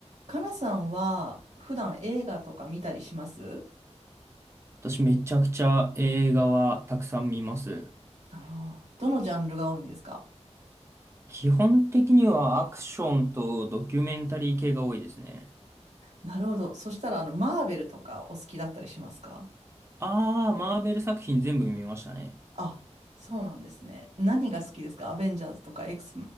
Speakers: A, on the right; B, on the right.
A: かなさんは普段映画とか見たりします
B: 私めちゃくちゃ映画はたくさん見ます。
A: ああーどのジャンルが多いんですか
B: 基本的にはアクションとドキュメンタリー系が多いですね。
A: なるほど。そしたら、あの、マーベルとかお好きだったりしますか
B: ああ、マーベル作品全部見ましたね。
A: あ、そうなんですね。何が好きですかアベンジャーズとかエクス